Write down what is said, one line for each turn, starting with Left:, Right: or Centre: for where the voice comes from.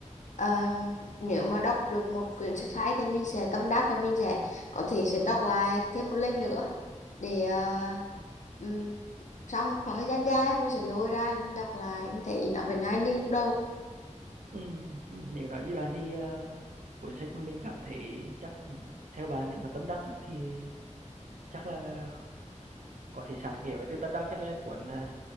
Left: ờ, nếu mà đọc được một quyển sách hay thì mình sẽ tâm đắc và mình sẽ có thể sẽ đọc lại thêm một lần nữa để ờ, ừm, sau một khoảng thời gian dài mình sẽ lôi ra mình đọc lại mình thấy nó vẫn hay như lúc đầu
Right: ừ, nếu nói với bạn thì ờ, cuốn sách mà mình cảm thấy chắc ừ, theo bạn nếu mà tâm đắc á, thì chắc là là có thể sát nghĩa với tư tâm đắc nhất là cuốn à,